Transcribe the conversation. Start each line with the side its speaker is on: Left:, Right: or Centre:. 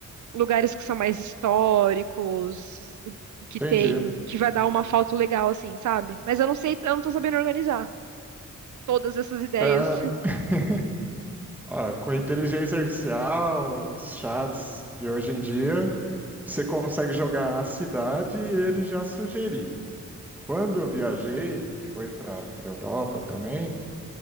Right: lugares que são mais históricos, que
Centre: Entendi.
Right: tem, que vai dar uma foto legal assim, sabe? Mas eu não sei, eu não tô sabendo organizar todas essas ideias.
Centre: Ah,
Right: <laughs>
Centre: <laughs> ah, com a inteligência artificial, os chats de hoje em dia, você consegue jogar a cidade e ele já sugerir. Quando eu viajei, que foi para a Europa também,